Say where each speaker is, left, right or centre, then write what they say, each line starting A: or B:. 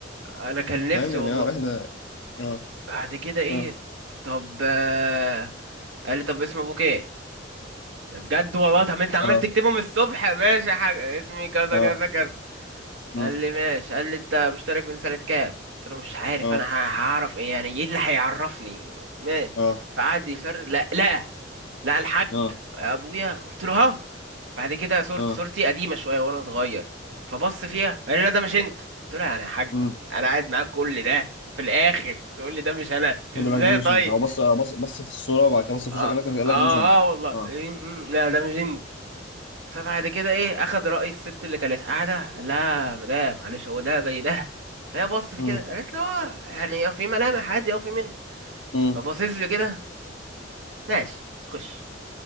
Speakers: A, on the right; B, on the left.
A: أنا كان نفسي
B: فاهم يعني
A: والله
B: اه رحلة اه
A: بعد كده إيه
B: اه
A: طب آه قال لي طب اسم أبوك إيه بجد والله طب أنت عمال
B: اه
A: تكتبهم الصبح ماشي حاجة اسمي كذا
B: اه
A: كذا كذا
B: مم.
A: قال لي ماشي قال لي أنت مشترك من سنة كام قلت له مش عارف
B: اه
A: أنا ه- هعرف إيه يعني إيه اللي هيعرفني ماشي
B: اه
A: فقعد يسر لا لا لقى الحاج
B: اه
A: ابويا قلت له ها بعد كده صورتي
B: اه
A: صورتي قديمه شويه وانا صغير فبص فيها قال لي لا ده مش انت قلت له انا يا حاج
B: امم
A: انا قاعد معاك كل ده وفي الاخر تقول لي ده مش انا
B: بيقول
A: ازاي
B: لك ده مش
A: طيب
B: انت هو بص بص بص في الصورة وبعد كده بص في
A: اه
B: وشك قال لك قال
A: اه,
B: لك ده مش انت
A: آه والله
B: اه
A: إيه، إيه، لا ده مش انت فبعد كده ايه اخد راي الست اللي كانت قاعده قال لها مدام معلش هو ده زي ده فهي بصت
B: امم
A: كده قالت له اه يعني في ملامح عادي او في منه
B: مم.
A: فبصيت لي كده ماشي خش